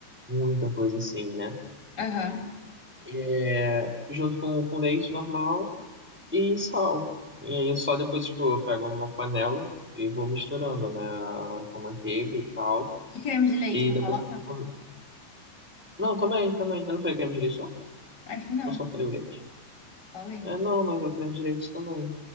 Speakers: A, in the centre; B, on the left.
A: muita coisa assim, né?
B: aham.
A: É, junto com, com leite normal e sal. E aí eu só depois, tipo, eu pego uma panela e vou misturando, né? Com manteiga e tal.
B: E creme de leite,
A: E
B: não
A: depois
B: coloca?
A: eu vou. com- Não, também, também. Eu não falei creme de leite, não?
B: Acho que não,
A: Eu só falei o leite.
B: só leite.
A: É, não, mas é o creme de leite também.